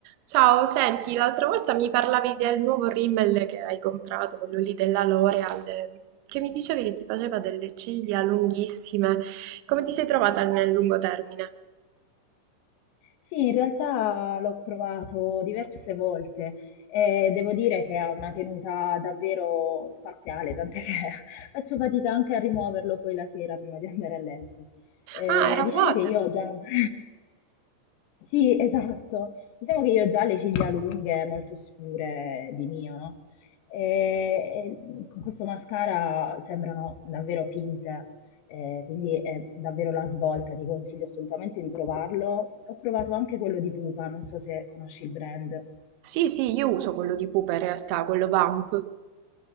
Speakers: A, on the right; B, on the left.
A: Ciao, senti, l'altra volta mi parlavi del nuovo rimmel che hai comprato, quello lì della L'Oreal, eh, che mi dicevi che ti faceva delle ciglia lunghissime. Come ti sei trovata nel lungo termine?
B: Sì, in realtà l'ho provato diverse volte e devo dire che ha una tenuta davvero spaziale, tant'è che <laughs> faccio fatica anche a rimuoverlo poi la sera prima di andare a letto. Eh,
A: Ah, era
B: diciamo
A: Water.
B: che io ho già... <laughs> Sì, esatto. Diciamo che io ho già le ciglia lunghe, molto scure di mio, no? E, e con questo mascara sembrano davvero finte. Eh, quindi è davvero la svolta, ti consiglio assolutamente di provarlo. Ho provato anche quello di Pupa, non so se conosci il brand.
A: Sì, sì, io uso quello di Pupa in realtà, quello Vamp.